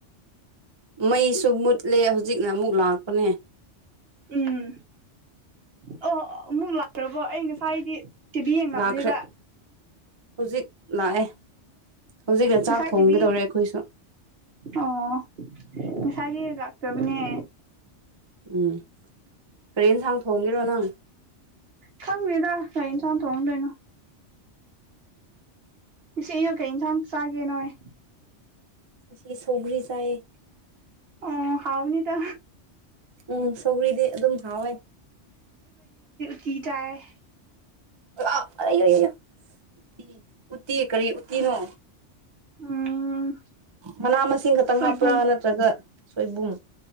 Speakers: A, on the right; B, on the right.
A: ꯃꯩꯁꯨ ꯃꯨꯠꯂꯦ ꯍꯧꯖꯤꯛꯅ ꯑꯃꯨꯛ ꯂꯥꯛꯄꯅꯦ꯫
B: ꯎꯝ ꯑꯣ ꯑꯃꯨꯛ ꯂꯥꯛꯈ꯭ꯔꯕꯣ ꯑꯩ ꯉꯁꯥꯏꯗꯤ ꯇꯤꯚꯤ ꯌꯦꯡꯉꯝꯕꯅꯦꯕ꯫
A: ꯂꯥꯛꯈ꯭ꯔꯦ ꯍꯧꯖꯤꯛ ꯂꯥꯛꯑꯦ ꯍꯧꯖꯤꯛꯅ
B: ꯉꯁꯥꯏ
A: ꯆꯥꯛ ꯊꯣꯡꯒꯗꯧꯔꯦ
B: ꯇꯤꯚꯤ
A: ꯑꯈꯣꯏꯁꯨ꯫
B: ꯑꯣ ꯉꯁꯥꯏꯒꯤ ꯂꯥꯛꯇꯕꯅꯦ꯫
A: ꯎꯝ ꯀꯔꯤ ꯑꯦꯟꯁꯥꯡ ꯊꯣꯡꯒꯦꯔꯣ ꯅꯪ꯫
B: ꯈꯪꯗꯦꯗ ꯀꯔꯤ ꯏꯟꯁꯥꯡ ꯊꯣꯡꯗꯣꯏꯅꯣ꯫ ꯉꯁꯤ ꯑꯌꯨꯛ ꯀꯩ ꯏꯟꯁꯥꯡ ꯆꯥꯒꯦ ꯅꯣꯏ꯫
A: ꯉꯁꯤ ꯁꯧꯒ꯭ꯔꯤ ꯆꯥꯏꯌꯦ꯫
B: ꯑꯣ ꯍꯥꯎꯅꯤꯗ꯫
A: ꯎꯝ ꯁꯧꯒ꯭ꯔꯤꯗꯤ ꯑꯗꯨꯝ ꯍꯥꯎꯋꯦ
B: ꯀꯤ ꯇꯥꯏꯌꯦ꯫ <unintelligible>
A: ꯑ ꯎ <unintelligible> ꯎꯇꯤ ꯀꯔꯤ ꯎꯇꯤ ꯅꯣ
B: ꯎꯝ꯫
A: ꯃꯅꯥ ꯃꯁꯤꯡ ꯈꯛꯇꯪ
B: ꯁꯣꯏꯕꯨꯝ
A: ꯍꯥꯞꯄ꯭ꯔꯥ ꯅꯠꯇ꯭ꯔꯒ ꯁꯣꯏꯕꯨꯝ꯫